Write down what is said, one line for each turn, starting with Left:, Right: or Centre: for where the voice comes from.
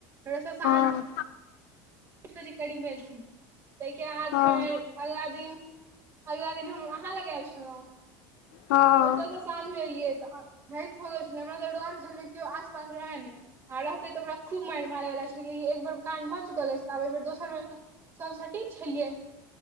Right: फेर साँझी
Left: हँ
Right: आठ बजे करीमे एलखिन ताहिके बाद
Left: हँ
Right: फेर अगला दिन अगला दिन हम आहाँ लग एल छलहुँ
Left: हँ
Right: ओता स साँझ मे एलियै तऽ राति भ गेल छलै हमरा तऽ डर भेल रह केओ आसपास रहे नहि आ रहते तऽ ओकरा खूब मारि मारेवला छै लेक एक बेर कान भऽ चुकल अछि त आब एहि बेर दोसर बेर तऽ सबस टी छलियै